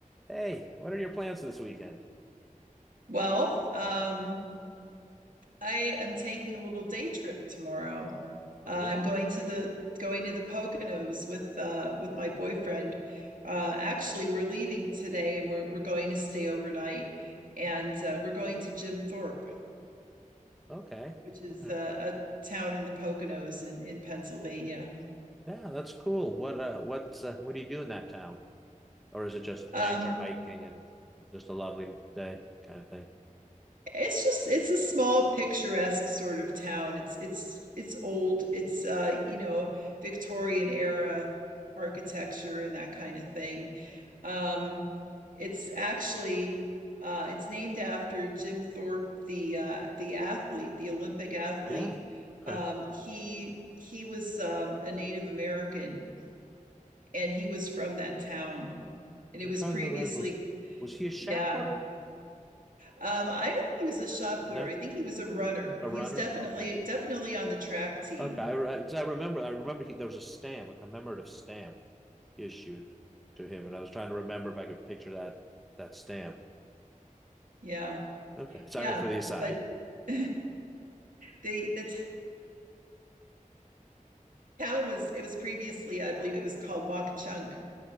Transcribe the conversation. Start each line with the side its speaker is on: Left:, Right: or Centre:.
Centre: Hey, what are your plans this weekend?
Right: Well, um, I am taking a little day trip tomorrow.
Centre: Oh
Right: Uh, I'm
Centre: yeah.
Right: going to the going to the Poconos with uh, with my boyfriend. Uh, actually, we're leaving today, and we're we're going to stay overnight, and uh, we're going to Jim Thorpe,
Centre: Okay.
Right: which is
Centre: All right.
Right: uh, a town in the Poconos in in Pennsylvania.
Centre: Yeah, that's cool. What uh what's uh, what do you do in that town? Or is it just
Right: Um,
Centre: nature hiking and just a lovely day kind of thing?
Right: It's just it's a small picturesque sort of town. It's it's it's old. It's uh, you know, Victorian era architecture and that kind of thing. Um, it's actually uh, it's named after Jim Thorpe, the uh, the athlete, the Olympic athlete.
Centre: Yeah. Okay.
Right: Um, he he was um, a Native American, and he was from that town, and it
Centre: I'm
Right: was
Centre: trying
Right: previously
Centre: to remember. Was he a shot
Right: yeah
Centre: putter?
Right: um, I don't think he was a shot
Centre: No.
Right: putter. I think he was a runner.
Centre: A
Right: He
Centre: runner?
Right: was definitely
Centre: Okay.
Right: definitely on the track team.
Centre: Okay, I because I I remember I
Right: Yeah.
Centre: remember he, there was a stamp, a commemorative stamp issued to him and I was trying to remember if I could picture that that stamp.
Right: Yeah.
Centre: Okay. Sorry
Right: Yeah.
Centre: for the aside.
Right: But <laughs> the the town was it was previously, I believe it was called Mok Chunk.